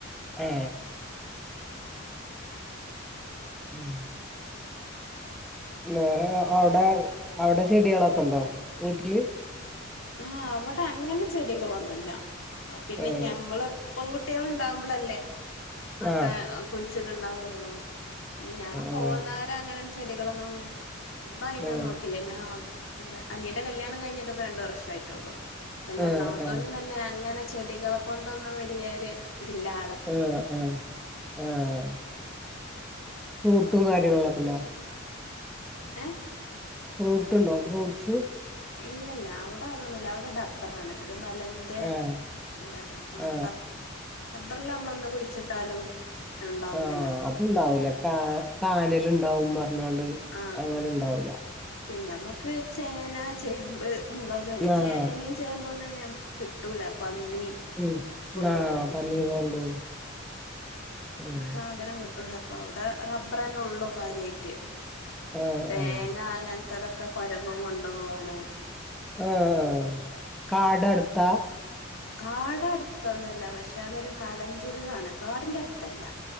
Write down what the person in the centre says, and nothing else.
ഏ ഉം വേറെ അവടെ അവടെ ചെടികളൊക്കെണ്ടോ വീട്ടില്
ആഹ്
ആഹ്
ആഹ്
ആഹ്
ആഹ്
ആഹ്
ആഹ് ആഹ് ആഹ് ഫ്രൂട്ടും
കാര്യങ്ങളൊക്കെണ്ടാ
ഫ്രൂട്ട്ണ്ടോ ഫ്രൂട്ട്സ്
ആഹ്
ആഹ്
ആഹ് അത്ണ്ടാവൂല കാ കാനല്ണ്ടാവും പറഞ്ഞാണ്ട്
അങ്ങനെ ഉണ്ടാവൂല
ആഹ്
ഉം
ആഹ് പന്നി കൊണ്ടോവും ഉം
ആഹ്
ആഹ്
ആഹ് കാട് അടുത്ത